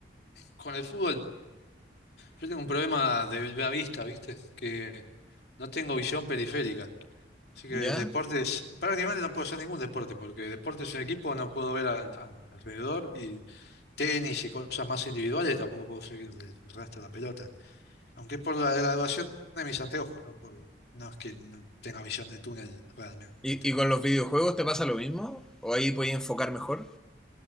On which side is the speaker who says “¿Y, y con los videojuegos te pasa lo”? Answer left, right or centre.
Centre